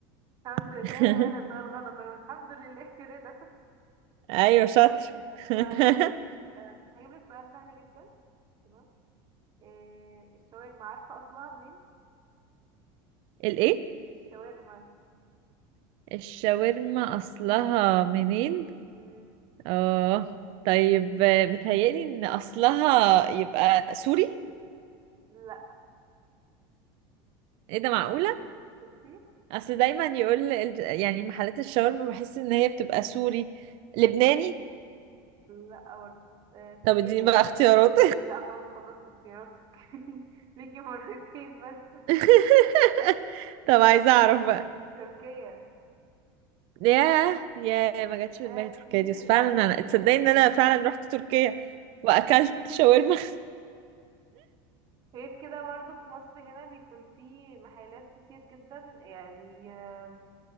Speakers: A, on the right (about 40°); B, on the right (about 55°).
A: الحمد
B: <laughs>
A: لله ولا سؤال غلط اهو الحمد لله <laughs> رضا
B: أيوة شاطر
A: طيب
B: <laughs>
A: آه، هجيب لك سؤال سهل جدا تمام إيه الشاورما عارفة أصلها منين؟
B: الإيه؟
A: الشاورما
B: الشاورما أصلها منين؟
A: مم.
B: اه طيب آه، متهيألي ان اصلها يبقى سوري
A: لا
B: ايه ده معقولة
A: شفتي؟
B: اصل دايما يقول الج- يعني محلات الشاورما بحس ان هي بتبقى سوري لبناني
A: لا برضه آه، تركيا
B: طب اديني بقى اختيارات
A: لا خلاص خلصت اختياراتك <laughs> ليكي مرتين بس
B: <laughs> طب عايزة اعرف بقى
A: تركيا
B: ياه ياه ما جاتش في
A: آه
B: دماغي تركيا
A: في
B: دي بس فعلا
A: لا في
B: انا تصدقي
A: آه،
B: ان انا فعلا رحت تركيا واكلت
A: <laughs>
B: شاورما <laughs>
A: غير كده برضه في مصر هنا بيكون في محلات كتير جدا يعني آه،